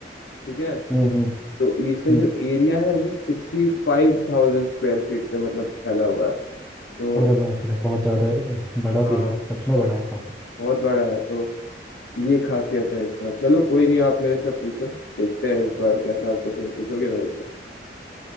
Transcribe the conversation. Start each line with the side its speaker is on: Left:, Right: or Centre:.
Left: ठीक है
Centre: हम्म हम्म
Left: तो इसका
Centre: हम्म,
Left: जो एरिया है वो सिक्सटी फाइव थाउजेंड स्क्वायर फीट पे मतलब फैला हुआ है तो
Centre: अरे बाप रे बहुत ज़्यादा है ये तो बड़ा
Left: हाँ
Centre: भी है सच में बड़ा है काफी
Left: बहुत बड़ा है तो ये खासियत है इसका चलो कोई नहीं आप मेरे से पूछो देखते हैं इस बार कैसा आप क्वेश्चन पूछोगे मेरे से